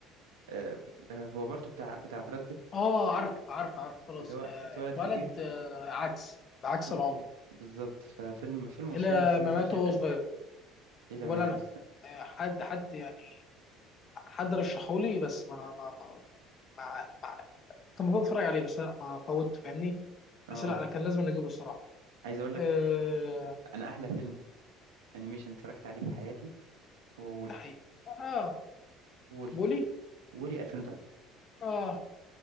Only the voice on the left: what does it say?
اه عارف عارف عارف خلاص
آه
اتولد
آه عكس بعكس
العمر
الى
ما
مات
وهو
صغير
ولا
انا آه حد حد يعني حد رشحولي بس ما ما ما, ما, ما كان المفروض اتفرج عليه بس لا ما فوت فاهمني
بس لا انا كان لازم اجيبه الصراحه
آه
ده حقيقي اه
بولي
اه